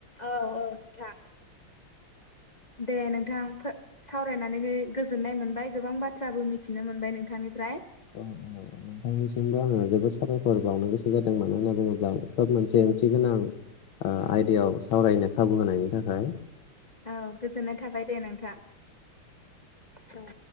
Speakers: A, on the left (about 30°); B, on the left (about 70°).
A: औ औ नोंथां दे नोंथां सावरायनानै गो-गोजोननाय मोनबाय गोबां बाथ्राबो मिथिनो मोनबाय नोंथांनिफ्राय।
B: औ औ नोंथांनिसिमबो आंङो जोबोद साबायखर बावनो गोसो जादों मानो होनना बुङोब्ला खोब मोनसे ओंथि गोनां आ आयदायाव सावरायनो खाबु होनायनि थाखाय।
A: औ गोजोननाय थाबाय दे नोंथां औ।